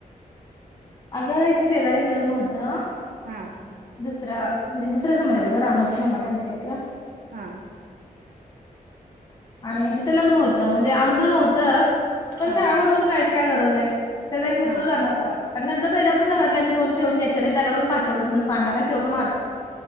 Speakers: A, on the left; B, on the right.
A: अगं इथं शेजारी एक लग्न होतं
B: हा
A: दुसरा म्हणजे दुसऱ्या समाजाचं गं रामोशी समाज आहे आमच्या इथं
B: हा
A: आणि म तिथं लग्न होत म्हणजे आमंत्रण होत
B: हा
A: पण शाळा बुडवून जायची काय गरज आहे त्याचा एक मित्र
B: हा
A: जाणार होता आणि नंतर त्याच्या पण घरातल्यानीं कोण ठेवून घेतलं नाही त्याला पण पाठवलीत म्हणून सांगायला त्यो पण आलता